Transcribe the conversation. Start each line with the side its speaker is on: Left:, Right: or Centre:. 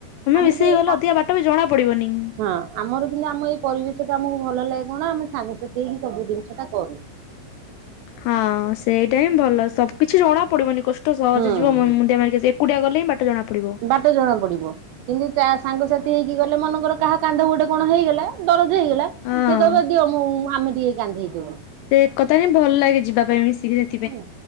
Left: ହଁ ମି
Right: ଆମକୁ
Left: ମିଶିକି
Right: ଏ
Left: ଗଲେ
Right: ଆ
Left: ଅଧିକା ବାଟ ବି ଜଣା ପଡ଼ିବନି।
Right: ହଁ ଆମର କିନ୍ତୁ ଆମ ଏଇ ପରିବେଶଟା ଆମୁକୁ ଭଲ ଲାଗେ କଣ ଆମେ ସାଙ୍ଗସାଥି ହେଇକି ସବୁ ଦିନିଷଟା କରୁ।
Left: ହଁ ସେଇଟା ହିଁ ଭଲ ସବୁ କିଛି ଜଣା ପଡ଼ିବନି କଷ୍ଟ ସହଜ
Right: ହୁଁ
Left: ଯିବ ମୁ
Right: ହୁଁ
Left: ମୁଣ୍ଡିଆ ମାରିକି ଆସି କୁଟିଆ ଗଲେ ହିଁ ବାଟ ଜଣାପଡ଼ିବ।
Right: ବାଟ ଜଣା ପଡ଼ିବ କିନ୍ତୁ ତା ସାଙ୍ଗସାଥି ହେଇକି ଗଲେ ମନେକର କାହା କାନ୍ଧ ଗୋଟେ କଣ ହେଇଗଲା ଦରଜ ହେଇଗଲା ସିଏ
Left: ହଁ
Right: କହିବ ଦିଅ ମୁଁ ଆମେ ଟିକେ କାନ୍ଧେଇଦୋବୁ।
Left: ସେ ଏକତା ହିଁ ଭଲ ଲାଗେ ଯିବା ପାଇଁ ମିଶିକି ସେ
Right: ହେଲ